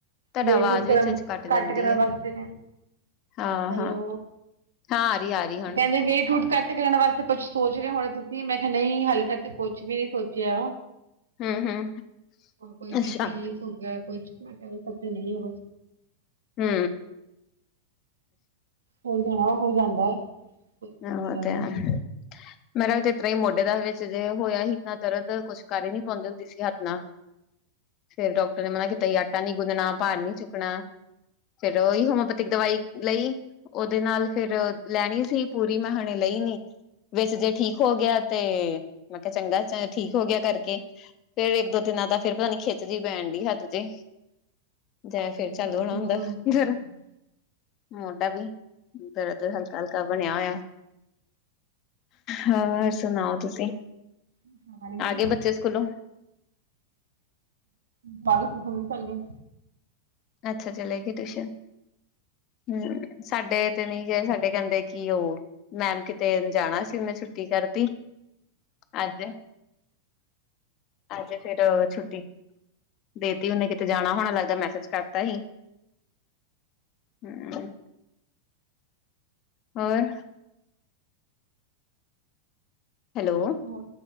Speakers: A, on the left; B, on the right.
A: ਤੁਹਾਡਾ
B: ਵੇਟ-ਉਟ
A: ਆਵਾਜ਼ ਵਿੱਚ
B: ਕਰਨ
A: ਵਿੱਚ ਕੱਟ ਜਾਂਦੀ
B: ਘੱਟ ਕਰਨ
A: ਆ
B: ਵਾਸਤੇ,
A: ਹਾਂ
B: ਹੈਲੋ।
A: ਹਾਂ ਹਾਂ, ਆਰੀ, ਆ ਰਹੀ। ਹੁਣ
B: ਕਹਿੰਦੇ ਵੇਟ, ਉਠ ਘੱਟ ਕਰਣ ਵਾਸਤੇ ਕੁਛ ਸੋਚ ਰਹੇ ਹੋਣੇ ਤੁਸੀਂ, ਮੈਂ ਕਿਹਾ ਨਹੀਂ। ਹਾਲੇ ਤੱਕ ਕੁਛ ਵੀ ਨੀ ਸੋਚਿਆ।
A: ਹੂੰ ਹੂੰ
B: ਕੋਈ ਬੀਪੀ
A: ਅੱਛਾ
B: ਹੋਗਿਆ ਕੂਛ, ਮੈਂ ਕਿਆ ਓ ਪਤਾ ਨਹੀਂ ਏ
A: ਹੂੰ
B: ਹੋ ਜਾਣਾ, ਹੋ ਜਾਂਦਾ। ਕੋਈ
A: ਹ
B: ਵੱਡੀ ਗੱਲ
A: ਤੇ
B: ਨਹੀਂ
A: <unintelligible> ਮੇਰਾ ਇਹ ਤਰ੍ਹਾਂ ਹੀ ਮੋਢੇ ਦਾ ਵਿੱਚ ਜੇ, ਹੋਇਆ ਹੀ ਤਾਂ ਦਰਦ ਕੁਛ ਕਰ ਹੀ ਨੀ ਪਾਉਂਦੀ ਹੁੰਦੀ ਸੀ, ਹੱਥ ਨਾਲ। ਫਿਰ ਡਾਕਟਰ ਨੇ ਮਨਾ ਕੀਤਾ ਈ, ਆਟਾ ਨੀ ਗੁੰਨਣਾ, ਭਾਰ ਨੀ ਚੁੱਕਣਾ। ਫਿਰ ਉਹੀ ਹੋਮੋਪੈਥਿਕ ਦਵਾਈ ਲਈ, ਉਹਦੇ ਨਾਲ ਫਿਰ ਲੈਣੀ ਸੀ। ਪੁਰੀ ਮਹਾਣੇ ਲਈ ਨੀ। ਵਿੱਚ ਜੇ ਠੀਕ ਹੋ ਗਿਆ ਤੇ, ਮੈਂ ਕਿਹਾ ਚੰਗਾ ਠੀਕ ਹੋ ਗਿਆ ਕਰਕੇ। ਫਿਰ ਇੱਕ, ਦੋ ਦਿਨਾਂ ਦਾ ਫਿਰ ਪਤਾ ਨੀ, ਖਿੱਚ'ਜੀ ਪੈਣ ਡਈ ਹੱਥ ਤੇ। ਜਾਂ ਫਿਰ
B: ਨਹੀਂ
A: ਚਾੱਲੁ ਹੋਣਾ ਹੁੰਦਾ,
B: ਲੋੜ ਨਹੀਂ ਪੈਂਦੀ
A: ਗਰਮ ਮੋਢਾ ਵੀ। ਤੇਰੇ ਤੇ, ਹਲਕਾ-ਹਲਕਾ ਬਣਿਆ ਹੋਇਆ, ਹੋਰ ਸੁਣਾਓ ਤੁਸੀਂ?
B: ਚਾਹ ਪਾਣੀ
A: ਆ
B: ਹੋ ਗਈ
A: ਗਏ ਬੱਚੇ ਸਕੂਲੋਂ?
B: ਬਾਅਧ ਟੁਸ਼ਣ ਚੱਲ ਗਏ।
A: ਅੱਛਾ, ਚੱਲੇ ਗਏ ਟਿਊਸ਼ਨ। ਹੂੰ, ਸਾਡੇ ਤੇ ਨਹੀਂ ਗਏ, ਸਾਡੇ ਕਹਿੰਦੇ ਕੀ ਉਹ ਮੈਮ ਕਿਤੇ ਜਾਣਾ ਸੀ, ਮੈਂ ਛੁੱਟੀ ਕਰਤੀ ਅੱਜ ਅੱਜ ਫਿਰ ਛੁੱਟੀ, ਦੇਤੀ ਉਹਨੇ, ਕਿਤੇ ਜਾਣਾ ਹੋਣਾ ਲੱਗਦਾ ਮੈਸੇਜ ਕਰਤਾ ਹੀ ਹਮ ਹੋਰ ਹੈਲੋ
B: ਹੋ